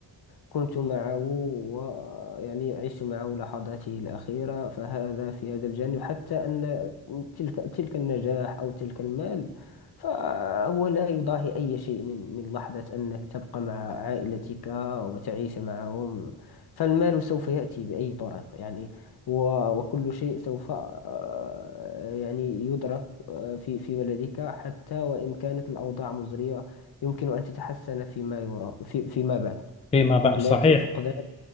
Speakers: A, on the left; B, on the left.
A: كنت معه ويعني عشت معه لحظاته الأخيرة فهذا في هذا الجانب حتى أن تلك تلك النجاح أو تلك المال فهو لا يضاهي أي شيء من من لحظة أنك تبقى مع عائلتك وتعيش معهم فالمال سوف يأتي بأي طريقة يعني و- وكل شيء سوف آه، يعني يدرك آه، في في بلدك حتى وإن كانت الأوضاع مزرية يمكن أن تتحسن فيما يرى في فيما بعد
B: فيما بعد
A: لكن
B: صحيح
A: فقدان